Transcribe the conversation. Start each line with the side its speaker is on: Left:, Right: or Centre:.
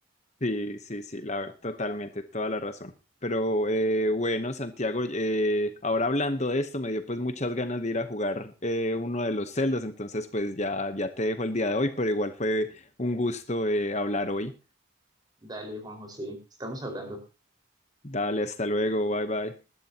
Left: Sí, sí, sí, la, ver- totalmente, toda la razón. Pero eh, bueno, Santiago, eh, ahora hablando de esto, me dio pues muchas ganas de ir a jugar eh, uno de los celdas, entonces pues ya, ya te dejo el día de hoy, pero igual fue un gusto eh, hablar hoy.
Right: Dale, Juan José, estamos hablando.
Left: Dale, hasta luego, bye bye.